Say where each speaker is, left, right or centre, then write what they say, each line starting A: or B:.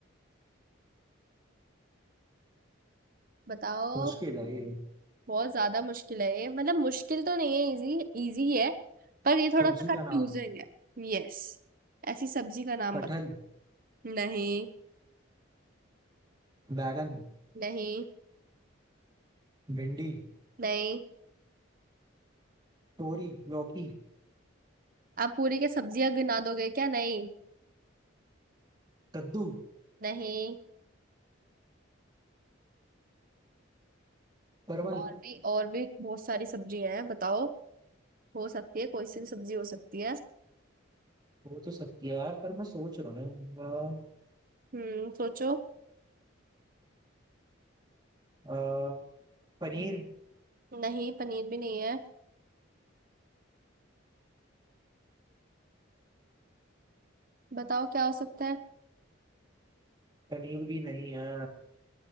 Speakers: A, on the right; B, on the right.
A: बताओ
B: मुश्किल है ये
A: बहुत ज्यादा मुश्किल है ये मतलब मुश्किल तो नहीं है इजी इजी है पर ये थोड़ा
B: सब्जी
A: सा
B: का
A: कंफ्यूजिंग
B: नाम
A: है यस ऐसी सब्जी का नाम
B: कटहल
A: बता नहीं
B: बैगन
A: नहीं
B: भिंडी
A: नहीं
B: तोरी लौकी
A: आप पूरी के सब्जियां गिना दोगे क्या नहीं
B: कद्दू
A: नहीं
B: परवल
A: और भी और भी बहुत सारी सब्जियां हैं बताओ हो सकती है कोई सी भी सब्जी हो सकती है
B: हो तो सकती है यार पर मैं सोच रहा हूँ
A: हम्म सोचो
B: अ, अ, पनीर
A: नहीं पनीर भी नहीं है बताओ क्या हो सकता है
B: पनीर भी नहीं है